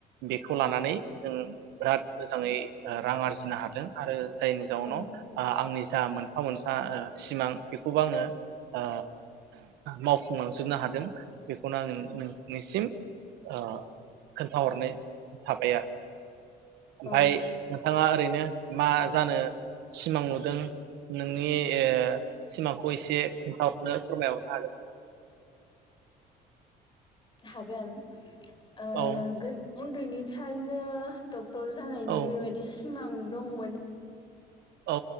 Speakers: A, on the right; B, on the left.
A: बेखौ लानानै जों बिराद मोजाङै रां आरजिनो हादों आरो जायनि जाउनाव
B: औ
A: ओ आंनि जा मोनफा मोनफा ओ सिमां बेखौबोआंङो ओ मावफुंलांजोबनोहादों बेखौनो आंङो नोंनिसिम ओ खोनथाहरनाय थाबाय आर ओमफाय
B: औ
A: नोंथाङा ओरै नो मा जानो सिमां नुदों नोंनि ओ सिमांखौ इसे खोन्थाहरनो फोरमायहरनो हागोन नामा?
B: हागोन। ओ
A: औ
B: गोन उन्दैनिफ फ्रायनो दग क्टर जानायनि
A: औ
B: बेबायदि सिमां दं मोन।
A: औ